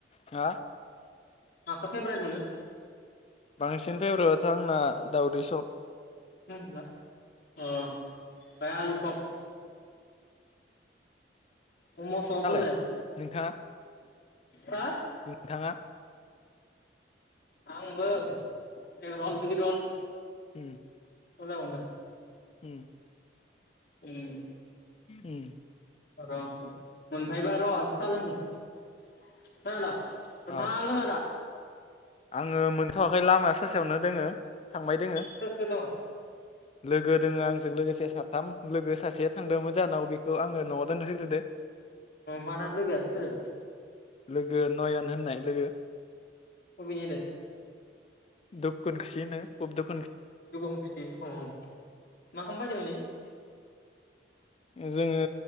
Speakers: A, on the left; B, on the left.
A: हा
B: मखौ फेभ्रेट मोनो
A: बांसिन फेभरेट आंना दावदै सब
B: उम बिदिब्ला ओ ओमफ्राय आलु सब मम सब
A: नालाय
B: लाय
A: नोंथाङा
B: हा
A: नोंथाङा
B: आंबो एग रल दुइ रल
A: ओम
B: उनावनो
A: ओम
B: ओम
A: ओम
B: र मोनफैबाय र' साहालोंनि खोनादों नोंथाङा
A: अ
B: लोंङादा
A: आङो मोनथ'वाखै लामाया ससेयावनो दोङो थांबाय दोङो
B: सोर सोर दङ
A: लोगो दोङो आंजों लोगोसे साथाम लोगो सासे थांदोंमोन जाहोनाव बेखौ आङो न'आव दोनहोग्रोदो
B: मा नाम लोगोआ सोरो
A: लोगो नयन होननाय लोगो <unintelligible>
B: बबेनिलै
A: <unintelligible>
B: <unintelligible> मा खामनो फैदोंमोन इयो
A: जोङो